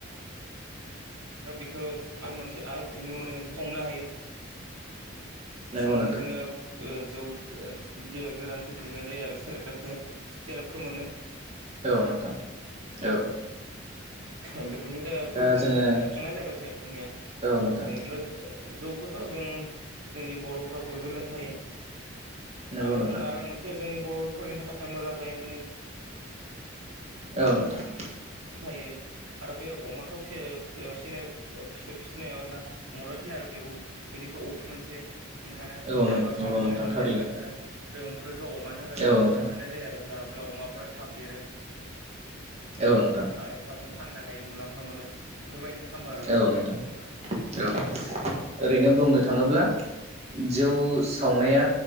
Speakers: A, on the right; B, on the right.
A: आरो बेखौ आरो मोनसे आरो बिनि उनाव जों बेखौ संनो हायो।
B: नंगौ
A: संनो
B: नोंथां
A: जोङो। जौ गोरानख दुनाय जायो आरो सेरेपखौ सेरेपखौ मोनो।
B: औ नोंथां औ
A: ए बे बिनि। बेफोरबायदिनो
B: दा जोङो
A: सं-संनाय जादों आरो ज जोंनिया
B: औ नोंथां
A: जनिफ्राय। जौखौथ' जों जोंनि बर'फोरा बयबो लोंखायो।
B: नंगौ
A: आरो
B: नोंथां
A: जोङो आरो मोनसे जोंनि बर। फरायनायनि थाखाय मोजां जायो जोंनि।
B: औ नोंथां।
A: फिसिखायो आरो बे अमाखौ फिनाय फिसिनायाव जोंहा मदद होयो आरो बे बेनिफ्राय अफ्रि मोनसे। ओंखारो
B: औ
A: सेरेबा
B: नंगौ
A: सावखावनायनि
B: नोंथां
A: उनाव
B: थारैनो
A: उफुरै ओंखारो। बे उम्रि। खौ अमानो
B: औ नोंथां
A: जाहोनाय जायो आरो। जाहोयोब्ला अमाफोरा थाब देरो
B: औ नोंथां
A: आरो थाबनो फाननो हायो मुलाम्फा मोनो बेफोरबायदिनो खालामो आरो अ
B: औ नोंथां औ ओरैनो बुंनो थाङोब्ला जौ सावनाया